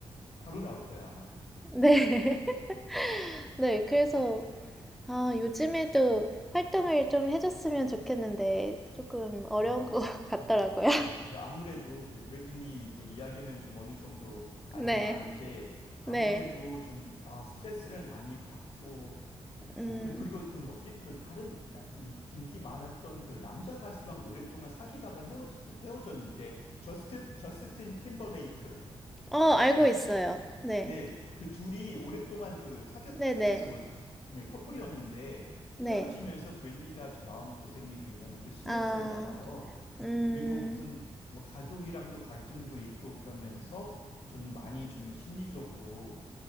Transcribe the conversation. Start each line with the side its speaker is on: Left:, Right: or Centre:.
Left: 바로 나올 거야, 아마.
Centre: 네. <laughs> 네, 그래서, 아, 요즘에도 활동을 좀 해줬으면 좋겠는데 조금 어려운
Left: 아,
Centre: 것 <laughs> 같더라고요.
Left: 네. 네, 제가 아무래도 그 브래틀리 그 이야기는 좀 어느 정도 알긴
Centre: 네,
Left: 아는데, 아무래도
Centre: 네,
Left: 좀, 아, 스트레스를 많이 받고,
Centre: 음,
Left: 뭐, 그리- 그리고 그 뭐지? 그 다른 나- 그 이- 인기 많았던 그 남자 가수랑 오랫동안 사귀다가 헤어, 헤어졌는데, 저스트, 저스틴 팀버레이크.
Centre: 어, 알고
Left: 네.
Centre: 있어요. 네,
Left: 네. 그 둘이 오랫동안 그 사귀,
Centre: 네,
Left: 사귀었었거든.
Centre: 네,
Left: 네. 커플이었는데,
Centre: 네.
Left: 헤어지면서 브랜니가 마음 고생이 굉장히 또 심했었나
Centre: 아,
Left: 봐요.
Centre: 음,
Left: 그리고 무슨 뭐 가족이랑도 갈등도 있고 그러면서 좀 많이 좀 심리적으로